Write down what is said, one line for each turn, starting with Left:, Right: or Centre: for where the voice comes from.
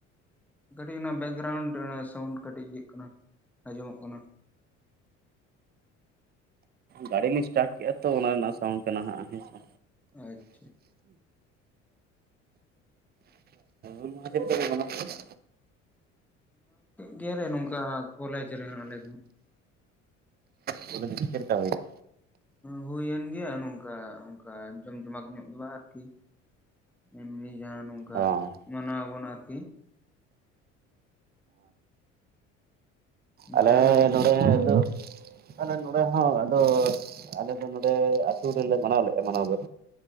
Centre: ᱠᱟᱹᱴᱤᱡ ᱚᱱᱟ ᱵᱮᱠᱜᱨᱟᱣᱩᱱᱰ ᱚᱱᱟ ᱥᱟᱣᱱᱰ ᱠᱟᱹᱴᱤᱡ ᱤᱭᱟᱹᱜ ᱠᱟᱱᱟ ᱟᱸᱡᱚᱢᱚᱜ ᱠᱟᱱᱟ᱾
Right: ᱜᱟᱹᱰᱤ ᱞᱤᱧ ᱮᱥᱴᱟᱴ ᱠᱮᱫ-ᱟ ᱛᱚ ᱚᱱᱟ ᱨᱮᱱᱟᱜ ᱥᱟᱣᱩᱱᱰ ᱠᱟᱱᱟ ᱦᱟᱜ ᱦᱮᱸᱥᱮ
Centre: ᱟᱪᱪᱷᱟ
Right: ᱦᱩᱞ ᱢᱟᱦᱟ ᱪᱮᱫ ᱠᱟ ᱯᱮ ᱢᱟᱱᱟᱣ ᱠᱮᱫᱟ
Centre: ᱜᱮᱞᱮ ᱱᱚᱝᱠᱟ ᱠᱚᱞᱮᱡᱽ ᱨᱮ ᱟᱞᱮ
Right: ᱠᱮᱫᱟ ᱦᱩᱞ ᱪᱮᱫ ᱞᱮᱠᱟ ᱦᱩᱭ ᱱᱟ
Centre: ᱦᱩᱭᱮᱱ ᱜᱮᱭᱟ ᱱᱚᱝᱠᱟ ᱚᱱᱠᱟ ᱡᱚᱢ ᱡᱚᱢᱟᱠ ᱧᱚᱜ ᱫᱚ ᱵᱟᱝ ᱟᱨᱠᱤ ᱮᱢᱱᱤ ᱡᱟᱦᱟᱸ ᱱᱚᱝᱠᱟ
Right: ᱚ ᱟᱪᱪᱷᱟ
Centre: ᱢᱟᱱᱟᱣ ᱟᱵᱚᱱ ᱟᱨᱠᱤ
Right: ᱟᱞᱮ
Centre: ᱠᱟ ᱜᱰᱤ <unintelligible>
Right: <unintelligible> ᱫᱚ ᱟᱞᱮ ᱱᱚᱰᱮ ᱦᱚᱸ ᱟᱫᱚ ᱟᱞᱮ ᱫᱚ ᱱᱚᱰᱮ ᱟᱹᱛᱩᱳ ᱨᱮᱞᱮ ᱢᱟᱱᱟᱣ ᱞᱮᱫ-ᱟ ᱢᱟᱱᱟᱣ ᱫᱚ